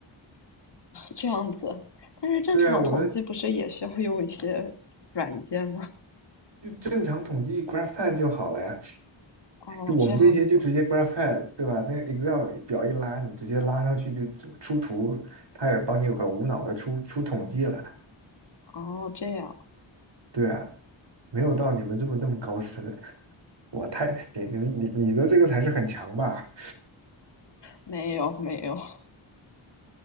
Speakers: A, on the left (about 60°); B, on the right (about 65°).
A: 这样子。但是正常统计不是也需要用一些软件吗？
B: 对啊，我们就正常统计 GraphPad 就好了呀，
A: 哦，
B: 就我们这些就直接
A: 这样子，
B: GraphPad，对吧？那个 Excel 表一拉，你直接拉上去就就出图，它也帮你很无脑的出出统计了。
A: 哦，这样，
B: 对啊，没有到你们这么那么高深的，我太你你你你的这个才是很强吧？
A: 没有没有。